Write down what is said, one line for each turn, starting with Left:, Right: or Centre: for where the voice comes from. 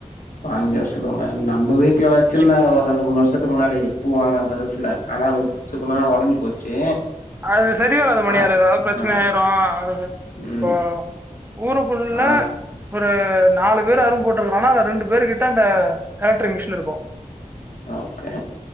Left: ப்ப அஞ்சு வருஷத்துக்கு முன்னாடி நம்ம வீட்லயு வச்சுருந்தாங்க
Right: இப்ப
Left: ஒரு ரெண்டு மூணு வருஷத்துக்கு முன்னாடி வாங்குன புதுசுல ஆனா அது சுக்கு நூறா ஒடஞ்சு போச்சு
Right: அது சரி வராது மணி
Left: ஆ
Right: அது எதாவது ப்ரச்சன
Left: ஆ
Right: ஆயிரு இப்போ
Left: ம்
Right: ஊருக்குள்ள
Left: ஆ
Right: ஒரு நாலு பேர் அரும்பு போட்ருக்குறான்னா அந்த ரெண்டு பேரு கிட்ட அந்த எலக்ட்ரிக் மிஷின் இருக்கு
Left: அ ஓகே